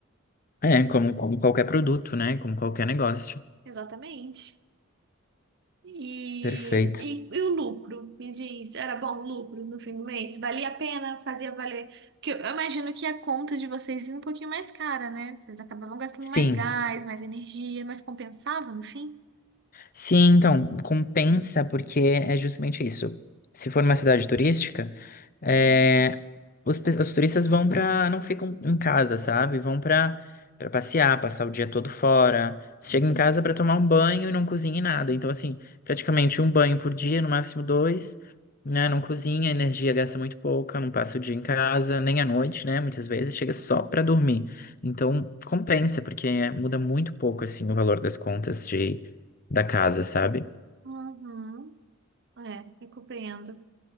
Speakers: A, on the left (about 45°); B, on the right (about 60°).
A: É, como, como qualquer produto, né? Como qualquer negócio.
B: Exatamente. E,
A: Perfeito.
B: e, e o lucro? Me diz, era bom o lucro no fim do mês? Valia a pena? Fazia valer? Porque eu imagino que a conta de vocês vinha um pouquinho mais cara, né? Vocês acabavam gastando mais
A: Sim.
B: gás, mais energia, mas compensava no fim?
A: Sim, então, compensa porque é justamente isso. Se for uma cidade turística, é, os, pe- os turistas vão para, não ficam em casa, sabe? Vão para para passear, passar o dia todo fora. Chega em casa para tomar um banho e não cozinha em nada. Então, assim, praticamente um banho por dia, no máximo dois, né? Não cozinha, a energia gasta muito pouca, não passa o dia em casa, nem à noite, né? Muitas vezes chega só para dormir. Então, compensa, porque é, muda muito pouco, assim, o valor das contas de da casa, sabe?
B: Uhum. É, eu compreendo.